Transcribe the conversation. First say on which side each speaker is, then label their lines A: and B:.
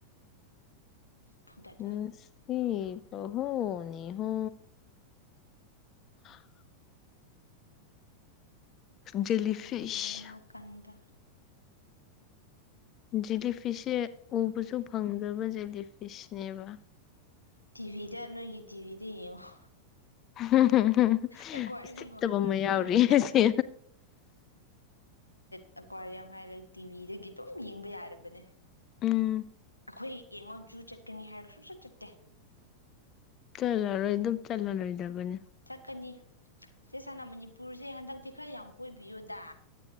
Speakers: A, on the left; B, on the left.
A: ꯐꯨꯗꯠꯂꯣ
B: ꯎꯝ ꯅꯨꯪꯁꯤꯕꯥ ꯍꯨ ꯅꯤ ꯍꯨ <inaudible> <unintelligible>
A: ꯈꯨꯔꯗꯒꯤ
B: ꯖꯦꯂꯤꯐꯤꯁ
A: ꯍꯦꯟꯅ ꯀꯟꯕ
B: ꯖꯤꯂꯤ ꯐꯤꯁꯁꯦ ꯎꯕꯁꯨ ꯐꯪꯗꯕ ꯖꯤꯂꯤ ꯐꯤꯁꯅꯦꯕ
A: ꯇꯤꯚꯤꯗ ꯅꯣꯏꯒꯤ ꯇꯤꯚꯤꯗ ꯌꯦꯡꯉꯣ
B: ꯎꯝꯝꯝ
A: ꯑꯦꯀ꯭ꯋꯥꯔꯤꯌꯝꯒ
B: ꯏꯁꯤꯠꯇꯕ
A: ꯃꯥꯟꯅꯕꯅꯦ
B: ꯑꯃ ꯌꯥꯎꯔꯤꯁꯦ
A: ꯍꯟꯗꯛꯀꯥꯟꯗꯤ ꯑꯩꯀ꯭ꯋꯥꯔꯤꯝ ꯍꯥꯏꯔꯒ ꯇꯤꯚꯤꯗꯒꯤ ꯑꯗꯨꯝ ꯌꯦꯡꯕ ꯌꯥꯔꯕꯅꯦ
B: ꯎꯝ
A: ꯑꯩꯈꯣꯏ ꯌꯦꯡꯉꯣ ꯖꯨ ꯆꯠꯀꯅꯤ ꯍꯥꯏꯔꯒ ꯁꯨꯡꯆꯠ ꯆꯠꯇꯦ
B: ꯆꯂꯔꯣꯏ ꯑꯗꯨꯝ ꯆꯠꯂꯔꯣꯏꯗꯕꯅꯦ
A: ꯀꯅꯤ ꯁꯦ ꯁꯅ ꯃꯅꯤꯄꯨꯔꯁꯦ ꯍꯟꯗꯛ ꯈꯔ ꯌꯥꯝ ꯀꯣꯏꯕꯤꯌꯨꯗ